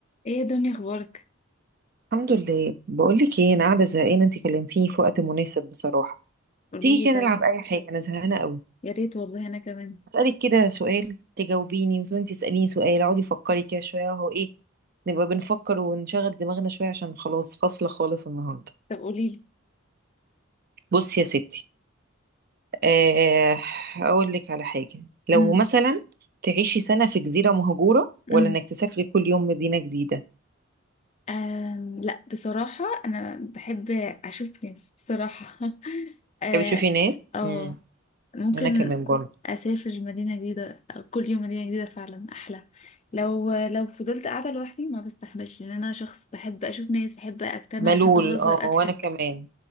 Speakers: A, on the left; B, on the right.
A: ايه يا دنيا اخبارك
B: الحمد لله بقول لك ايه انا قاعده زهقانه انت كلمتيني في وقت مناسب بصراحه
A: قولي
B: تيجي
A: لي
B: كده
A: طيب
B: نلعب اي حاجه انا زهقانه قوي
A: يا ريت والله انا كمان
B: اسالك كده سؤال تجاوبيني وانت تساليني سؤال اقعدي فكري كده شويه اهو ايه نبقى بنفكر ونشغل دماغنا شويه عشان خلاص فاصله خالص النهارده
A: طب قولي لي
B: بصي يا ستي آه اقول لك على حاجه لو
A: امم
B: مثلا تعيشي سنه في جزيره مهجوره ولا
A: امم
B: انك تسافري كل يوم مدينه جديده
A: آم لا بصراحة انا بحب اشوف ناس بصراحة <laughs> اه
B: تحبي تشوفي ناس
A: آه،
B: امم
A: ممكن
B: انا كمان برضه
A: اسافر مدينة جديدة كل يوم مدينة جديدة فعلا احلى لو لو فضلت قاعدة لوحدي ما بستحملش لان انا شخص بحب اشوف ناس بحب اجتمع
B: ملول
A: بحب اهزر
B: اه وانا
A: اضحك
B: كمان